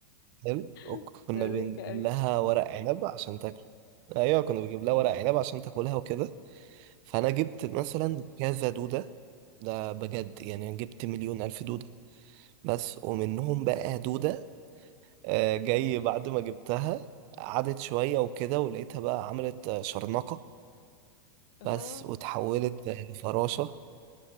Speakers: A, on the right; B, on the left.
A: حلو وكنا
B: <laughs> ده
A: بنجيب
B: ضحك قوي
A: لها ورق عنب عشان تاكل ايوه كنا بنجيب لها ورق عنب عشان تاكلها وكده فانا جبت مثلا كذا دوده ده بجد يعني جبت مليون الف دوده بس ومنهم بقى دوده آه، جاي بعد ما جبتها قعدت شويه وكده ولقيتها بقى عملت آه، شرنقه
B: اه
A: بس وتحولت آه، لفراشه